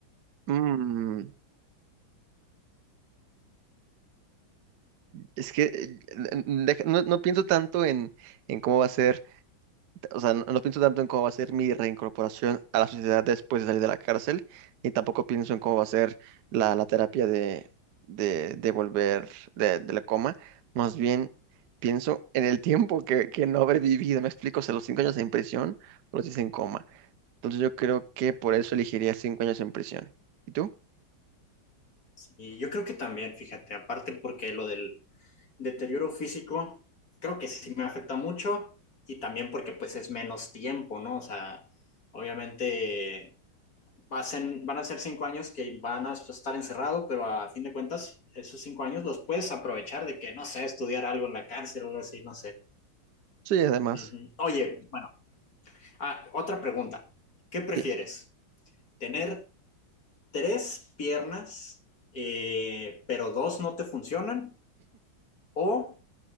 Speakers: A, on the right; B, on the left.
A: Mm, Es que eh, deja- no, no pienso tanto en, en cómo va a ser, o sea, no, no pienso tanto en cómo va a ser mi reincorporación a la sociedad después de salir de la cárcel, ni tampoco pienso en cómo va a ser la, la terapia de, de, de volver de, de la coma. Más bien pienso en el tiempo que, que no habré vivido. Me explico, o sea, los cinco años en prisión o los diez en coma. Entonces yo creo que por eso elegiría cinco años en prisión. ¿Y tú?
B: Y yo creo que también, fíjate, aparte porque lo del deterioro físico, creo que sí me afecta mucho y también porque pues es menos tiempo, ¿no? O sea, obviamente va a ser- van a ser cinco años que van a estar encerrado, pero a fin de cuentas, esos cinco años los puedes aprovechar de que, no sé, estudiar algo en la cárcel o algo así, no sé.
A: Sí, además.
B: Ujú. Oye, bueno, ah, otra pregunta. ¿Qué prefieres?
A: sí.
B: ¿Tener tres piernas, eh, pero dos no te funcionan? ¿O